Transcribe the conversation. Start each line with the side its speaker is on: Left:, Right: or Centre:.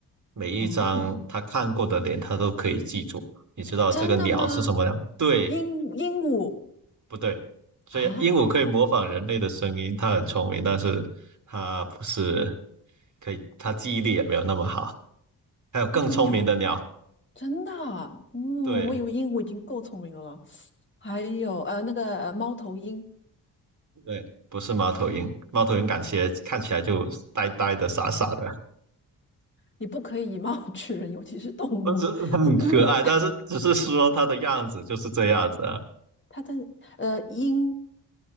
Right: 每一张它看过的脸，
Left: 哦，
Right: 它都可以记住。你知道这个鸟是什么吗？
Left: 真的吗？
Right: 对，
Left: 鹦鹦鹉
Right: 不对？所以鹦鹉可以模仿人类的声音，
Left: 啊，
Right: 它很聪明，但是它不是可以，它记忆力也没有那么好。还有更聪明的鸟，
Left: 一种鸟，真的啊嗯，
Right: 对
Left: 我以为鹦鹉已经够聪明了了。还有呃，那个呃，猫头鹰，
Right: 对，不是猫头鹰，猫头鹰感觉看起来就呆呆的、傻傻的，
Left: 你不可以以貌取人，尤其是动物。
Right: 我只是很可爱，
Left: <coughs> <clears throat>
Right: 但是只是说它的样子就是这样子啊。
Left: 它的呃音